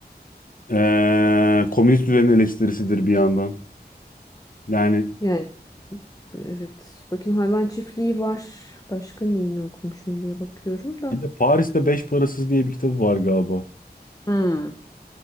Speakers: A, on the left (about 55°); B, on the left (about 20°).
A: eee, komünist düzenin eleştirisidir bir yandan. Yani
B: Yani evet. Bakayım Hayvan Çiftliği var. Başka neyini okumuşum diye bakıyorum da.
A: bir de Paris'te Beş Parasız diye bir kitabı var galiba.
B: Hmm.